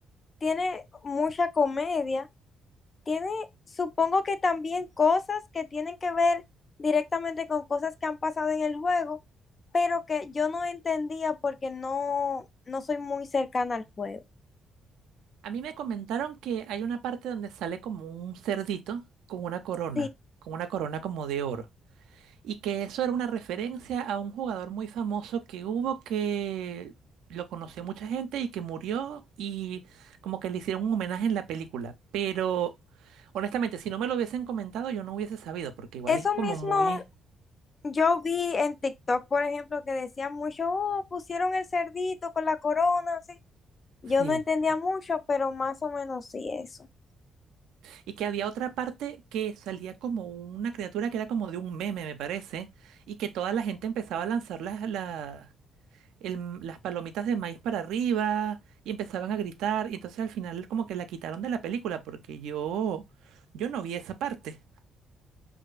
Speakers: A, on the left; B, on the right.
A: tiene mucha comedia, tiene, supongo que también cosas que tienen que ver directamente con cosas que han pasado en el juego, pero que yo no entendía porque no, no soy muy cercana al juego.
B: a mí me comentaron que hay una parte donde sale como un cerdito con una corona,
A: Sí,
B: con una corona como de oro. Y que eso era una referencia a un jugador muy famoso que hubo que lo conoció mucha gente y que murió y como que le hicieron un homenaje en la película. Pero honestamente, si no me lo hubiesen comentado, yo no hubiese sabido, porque igual
A: eso
B: es como
A: mismo
B: muy...
A: yo vi en TikTok, por ejemplo, que decían mucho, oh, pusieron el cerdito con la corona, así. Yo
B: Sí.
A: no entendía mucho, pero más o menos sí eso.
B: Y que había otra parte que salía como una criatura que era como de un meme, me parece, y que toda la gente empezaba a lanzar las, las- el- las palomitas de maíz para arriba y empezaban a gritar. Y entonces al final como que la quitaron de la película porque yo, yo no vi esa parte.